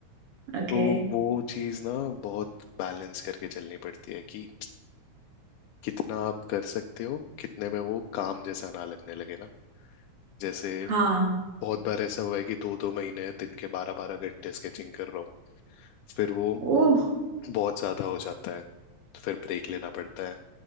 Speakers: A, on the right; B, on the left.
A: ओके
B: तो वो चीज ना बहुत बैलेंस करके चलनी पड़ती है कि कितना आप कर सकते हो कितने में वो काम जैसा ना लगने लगे ना जैसे
A: हाँ
B: बहुत बार ऐसा हुआ है कि दो दो महीने दिन के बारह बारह घंटे स्केचिंग कर रहा हूँ फिर वो
A: ओह
B: बहुत ज्यादा हो जाता है तो फिर ब्रेक लेना पड़ता है